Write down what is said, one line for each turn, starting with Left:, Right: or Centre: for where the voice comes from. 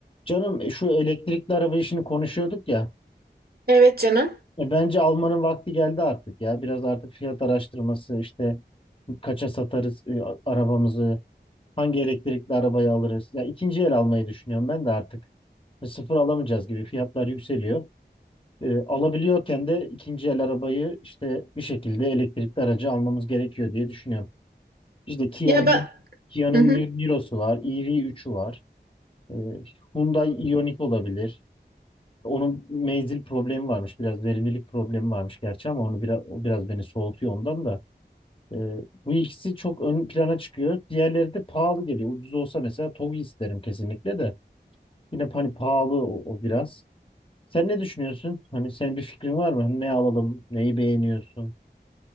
Left: Canım e, şu elektrikli araba işini konuşuyorduk ya.
Right: Evet canım.
Left: E, bence almanın vakti geldi artık ya. Biraz artık fiyat araştırması işte kaça satarız e, a- arabamızı, hangi elektrikli arabayı alırız. Ya ikinci el almayı düşünüyorum ben de artık. E, Sıfır alamayacağız gibi fiyatlar yükseliyor. E, alabiliyorken de ikinci el arabayı işte bir şekilde elektrikli aracı almamız gerekiyor diye düşünüyorum. İşte Kia'nın
Right: Ya ben
Left: Kia'nın
Right: hı hı.
Left: Ni- Niro'su var, EV3'ü var. E, Hyundai Ioniq olabilir. Onun menzil problemi varmış. Biraz verimlilik problemi varmış gerçi ama onu biraz, o biraz beni soğutuyor ondan da. Ee, bu ikisi çok ön plana çıkıyor. Diğerleri de pahalı geliyor. Ucuz olsa mesela TOGG isterim kesinlikle de. Yine hani pahalı o, o biraz. Sen ne düşünüyorsun? Hani senin bir fikrin var mı? Hani ne alalım? Neyi beğeniyorsun?